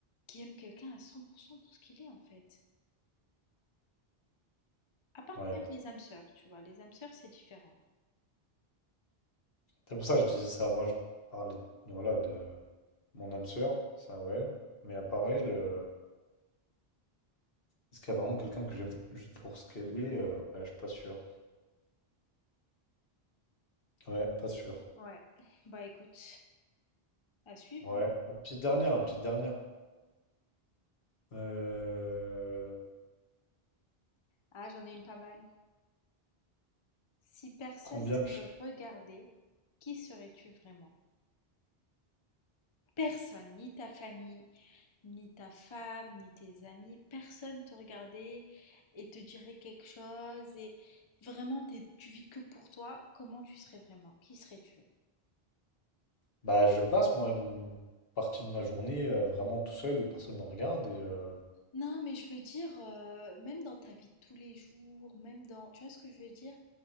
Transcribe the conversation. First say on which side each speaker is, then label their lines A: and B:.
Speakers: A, on the left; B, on the left.
A: qui aime quelqu'un à cent pour cent pour ce qu'il est en fait. À part
B: Ouais.
A: peut-être les âmes sœurs, tu vois, les âmes sœurs c'est différent.
B: C'est pour ça que je disais ça. Moi, je parlais, voilà, de mon âme sœur, ça, ouais. Mais à part elle, euh, est-ce qu'il y a vraiment quelqu'un que j'aime juste pour ce qu'elle est? Euh, ouais, je suis pas sûr. Ouais, pas sûr.
A: Ouais. Bah écoute, à suivre,
B: Ouais.
A: hein.
B: Une petite dernière, une petite dernière. Euh,
A: Ah, j'en ai une pas mal. Si personne
B: Combien
A: ne
B: de...
A: te
B: ch-
A: regardait, qui serais-tu vraiment? Personne, ni ta famille, ni ta femme, ni tes amis, personne te regardait et te dirait quelque chose et vraiment t'es- tu vis que pour toi, comment tu serais vraiment? Qui serais-tu?
B: Bah, je passe, moi, une partie de ma journée euh, vraiment tout seul où personne ne me regarde. Et, euh,
A: Non, mais je veux dire, euh, même dans ta vie de tous les jours, même dans... Tu vois ce que je veux dire?